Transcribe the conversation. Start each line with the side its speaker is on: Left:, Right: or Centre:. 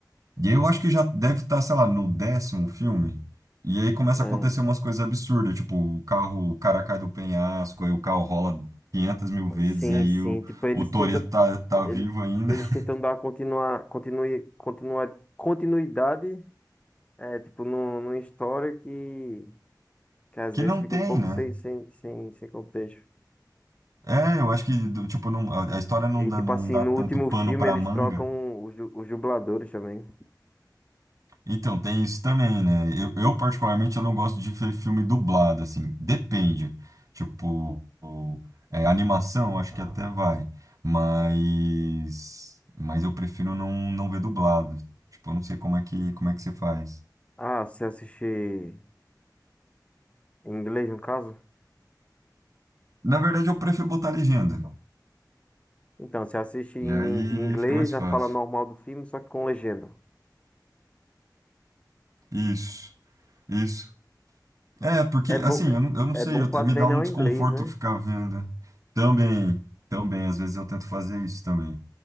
Right: E aí eu acho que já deve estar, sei lá, no décimo filme, e aí começa
Left: é.
Right: a acontecer umas coisas absurdas, tipo, o carro, o cara cai do penhasco, aí o carro rola 500 mil vezes,
Left: Sim,
Right: e aí
Left: sim.
Right: o,
Left: Tipo, eles
Right: o Toretto
Left: tentam,
Right: tá, tá
Left: ele-
Right: vivo ainda,
Left: eles
Right: <laughs>
Left: tentam dar continuar, continue, continuar, continuidade, é, tipo, no, numa história que, que às
Right: que
Left: vezes
Right: não
Left: fica
Right: tem,
Left: um pouco
Right: né?
Left: sem, sem, sem, sem contexto.
Right: É, eu acho que, do- tipo, não, a a história não
Left: E,
Right: dá,
Left: tipo
Right: não
Left: assim,
Right: dá
Left: no
Right: tanto
Left: último
Right: pano
Left: filme
Right: pra
Left: eles
Right: manga.
Left: trocam os, du- os dubladores também.
Right: Então, tem isso também, né? Eu, eu, particularmente, eu não gosto de ver filme dublado, assim. Depende. Tipo, o- é, animação, acho que até vai. Mas, mas eu prefiro não, não ver dublado. Tipo, eu não sei como é que, como é que você faz.
Left: Ah, você assiste em inglês, no caso?
Right: Na verdade, eu prefiro botar legenda.
Left: Então, você assiste em
Right: E aí
Left: inglês,
Right: fica mais
Left: já
Right: fácil.
Left: fala normal do filme, só que com legenda.
Right: Isso, isso. É, porque
Left: É, é bom,
Right: assim, eu não, eu não
Left: é
Right: sei,
Left: bom
Right: eu,
Left: pra
Right: me
Left: treinar
Right: dá um
Left: o
Right: desconforto
Left: inglês, né?
Right: ficar vendo. Também, também, às vezes eu tento fazer isso também.